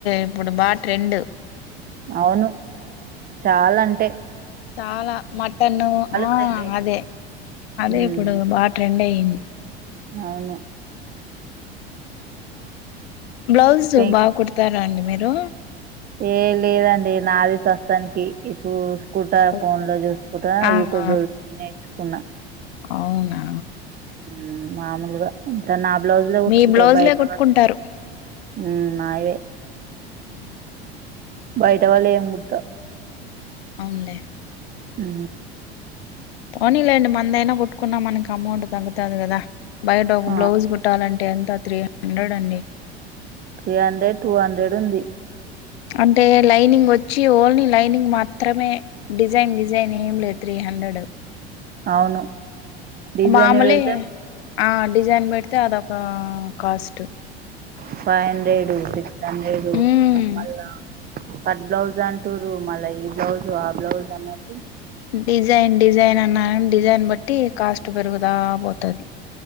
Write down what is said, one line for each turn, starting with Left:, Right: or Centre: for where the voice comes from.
Left: ఇప్పుడు బా ట్రెండు
Right: అవును చాలంటే
Left: చాలా మటను ఆ
Right: ట్రెండ్ అయితుంది
Left: అదే అదే
Right: ఉమ్
Left: ఇప్పుడు బా ట్రెండ్ అయి
Right: అవును
Left: బ్లౌజు
Right: పెం
Left: బాగా కుడతారా అండి మీరు
Right: ఏ లేదండి నాది ప్రస్తుతానికి చూసుకుంటా
Left: ఓహ్!
Right: ఫోన్ ల చూసుకుంటా
Left: ఆ
Right: యూట్యూబ్
Left: ఆ!
Right: లో చూసి నేర్చుకున్నా
Left: అవునా
Right: హ్ మామూలుగా ఇంక నా బ్లౌజ్లే ఉట్టుకుతా
Left: మీ బ్లౌజ్లే
Right: బయట
Left: కుట్టుకుంటారు
Right: వాళ్ళ హ్ నాయే
Left: హ్
Right: బయట వాళ్ళు ఏం గుట్ట
Left: అవునులే
Right: హ్
Left: పోనీలేండి మనదయినా కుట్టుకున్నా మనకి అమౌంట్ తగ్గుతాది కదా బయట ఒక
Right: ఆ!
Left: బ్లౌజ్ కుట్టాలం టే ఎంత త్రీ హండ్రెడ్ అండి
Right: త్రీ హండ్రెడ్ టూ హండ్రెడ్ ఉంది
Left: అంటే లైనింగ్ వొచ్చి చ్చి ఓల్ని లైనింగ్ మాత్రమే డిజైన్ డిజైన్ ఏం లేదు త్రీ హండ్రెడ్
Right: అవును డిజైన్
Left: మామూలే
Right: పెడితే
Left: ఆ డిజైన్ పెడితే అదొక cost
Right: five hundred six hundred
Left: మ్మ్
Right: మళ్ళా కట్ బ్లౌజ్ అంటురు మళ్ళా ఈ బ్లౌజు ఆ బ్లౌజ్ అన్నట్టు
Left: డిజైన్ డిజైన్ అన్నా డిజైన్ బట్టి కాస్ట్ పెరుగుతా పోతది